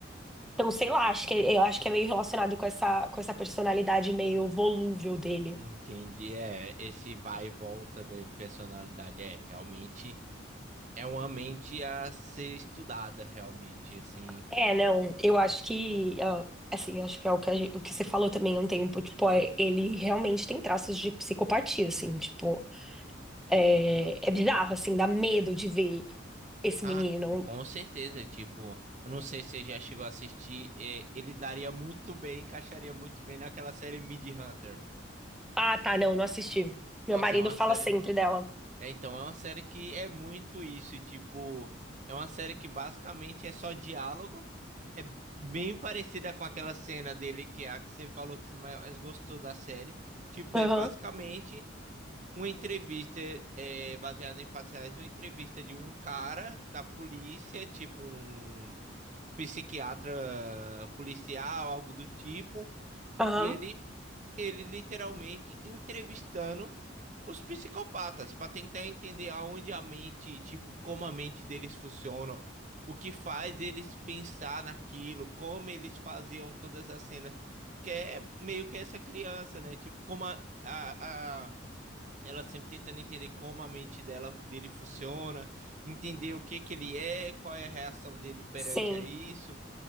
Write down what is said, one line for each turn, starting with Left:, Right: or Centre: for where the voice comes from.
Centre: então, sei lá, acho que eu acho que é meio relacionado com essa com essa personalidade meio volúvel dele.
Right: Entendi, é, esse vai e volta da personalidade, é, realmente é uma mente a ser estudada, realmente, assim.
Centre: É, não, eu acho que ah, assim, acho que é o que, a gen- o que você falou também há um tempo, tipo, é, ele realmente tem traços de psicopatia, assim, tipo, É, é bizarro, assim, dá medo de ver esse menino.
Right: Ah, com certeza, tipo, eu não sei se você já chegou a assistir, é, ele daria muito bem, encaixaria muito bem naquela série Mid Hunter.
Centre: Ah, tá, não, não assisti. Meu
Right: Nossa,
Centre: marido
Right: é uma
Centre: fala
Right: série
Centre: sempre dela.
Right: É, então, é uma série que é muito isso, e, tipo, é uma série que basicamente é só diálogo. É bem parecida com aquela cena dele que é a que você falou que você mais gostou da série. Tipo,
Centre: Aham,
Right: é basicamente uma entrevista é, baseada em fatos reais, uma entrevista de um cara da polícia, tipo um psiquiatra policial, algo do tipo,
Centre: aham,
Right: e ele ele literalmente entrevistando os psicopatas para tentar entender aonde a mente, tipo, como a mente deles funciona, o que faz eles pensar naquilo, como eles faziam todas as cenas, que é meio que essa criança, né? Tipo, como a, a, a ela sempre tentando entender como a mente dela dele funciona, entender o que que ele é, qual é a reação dele perante
Centre: sim,
Right: a isso.